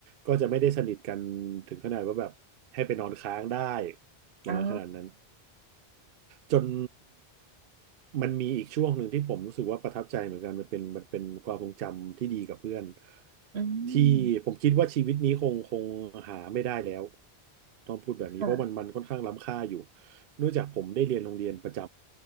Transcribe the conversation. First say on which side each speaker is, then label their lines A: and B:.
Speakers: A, on the right; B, on the right.
A: ก็จะไม่ได้สนิทกันถึงขนาดว่าแบบให้ไปนอนค้างได้ประมาณขนาดนั้น
B: อ๋อ
A: จนมันมีอีกช่วงหนึ่งที่ผมรู้สึกว่าประทับใจเหมือนกันมันเป็นมันเป็นความทรงจำที่ดีกับเพื่อน
B: อืม
A: ที่ผมคิดว่าชีวิตนี้คงคงหาไม่ได้แล้วต้องพูดแบบนี้เพราะมันมันค่อนข้างล้ำค่าอยู่
B: ค่ะ
A: เนื่องจากผมได้เรียนโรงเรียนประจ